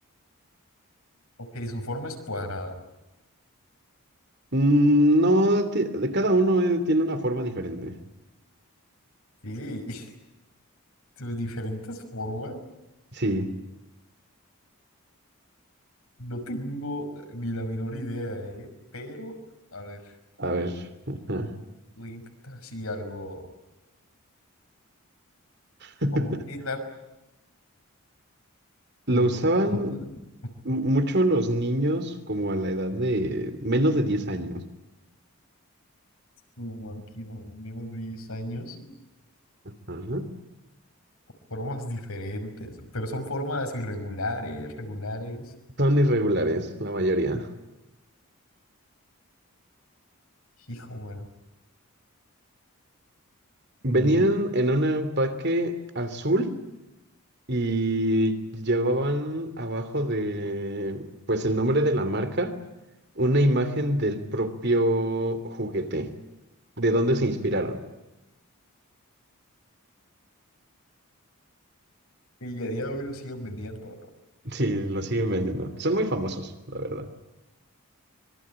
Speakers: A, on the left; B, on the right.
A: Ok, su forma es cuadrada.
B: Mm, no, ti- de cada uno eh, tiene una forma diferente.
A: Sí, <laughs> sus diferentes formas.
B: Sí,
A: No tengo eh, ni la menor idea, ¿eh? Pero, a ver,
B: a ver. ajá.
A: voy a intentar así algo.
B: <laughs>
A: ¿Cómo qué edad?
B: Lo
A: Mm,
B: usaban
A: <laughs>
B: mu- mucho los niños como a la edad de menos de diez años.
A: mm, Aquí no, menos de 10 años.
B: Ajá.
A: Formas diferentes, pero son formas irregulares, regulares.
B: Son irregulares, la mayoría.
A: Hijo, bueno.
B: Venían
A: Mm,
B: en un empaque azul. y llevaban abajo de, pues el nombre de la marca, una imagen del propio juguete, de dónde se inspiraron.
A: Y a día de hoy lo siguen vendiendo,
B: Sí, lo siguen vendiendo. Son muy famosos, la verdad.